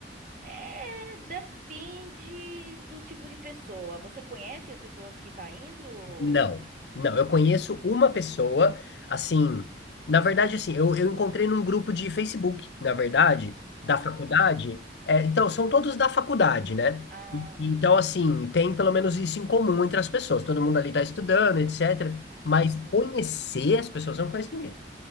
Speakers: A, on the right; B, on the left.
A: é, depende do tipo de pessoa. Você conhece as pessoas que tá indo?
B: Não, não, eu conheço uma pessoa, assim, na verdade, assim, eu, eu encontrei num grupo de Facebook, na verdade, da
A: Oh,
B: faculdade, é, então, são todos da faculdade, né?
A: ah,
B: E- e Então, assim, tem pelo menos isso em comum entre as pessoas, todo mundo ali tá estudando, etc, mas
A: pronto.
B: conhecer as pessoas, eu não conheço ninguém.